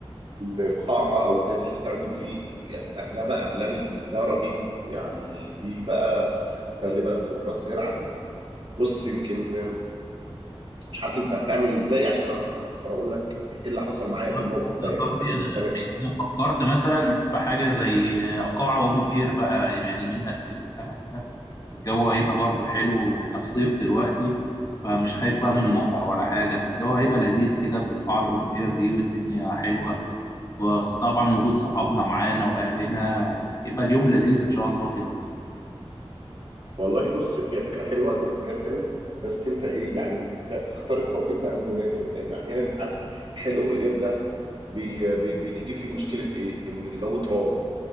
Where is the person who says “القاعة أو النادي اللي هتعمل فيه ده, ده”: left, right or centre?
Right